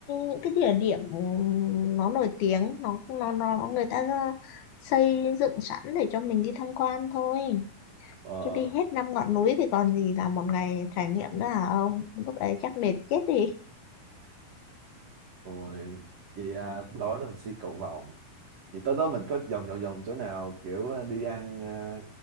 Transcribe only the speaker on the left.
những cái địa điểm ừm, nó nổi tiếng nó nó nó nó người ta ra- xây dựng sẵn để cho mình đi tham quan thôi
chứ đi hết năm ngọn núi thì còn gì là một ngày trải nghiệm nữa hả ông lúc ấy chắc mệt chết đi